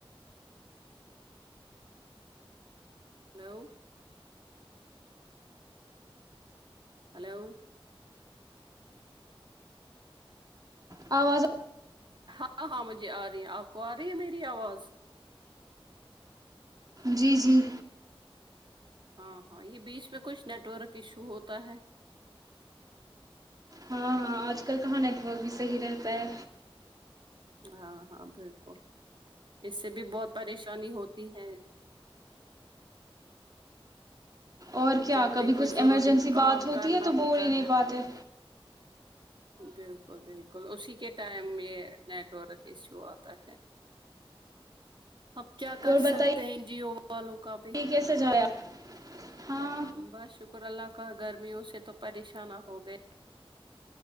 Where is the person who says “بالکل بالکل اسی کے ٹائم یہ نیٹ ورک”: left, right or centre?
Right